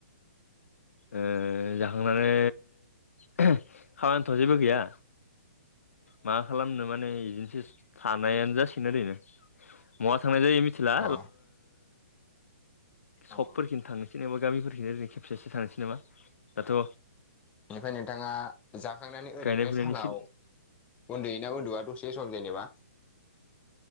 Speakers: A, on the left (about 75°); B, on the left (about 20°).
A: ओ जाखांनानै खामानिथ' जेबो गैया। मा खालामनो माने बिदिनोसो थानायानो जासिगोन ओरैनो बहा थांनाय जायो मिथिला
B: अ
A: सकफोरखिनो
B: औ
A: थांनि। जेनेबा गामिखिनो जाय खेबसेसो थांसै नामा। दाथ'
B: आं बेनिफ्राय नोंथाङा जाखांनानै
A: गायनाय
B: ओरैनो
A: फुनायनिसो
B: सानाव उन्दुयोना उन्दुआ दसे सम जेनेबा?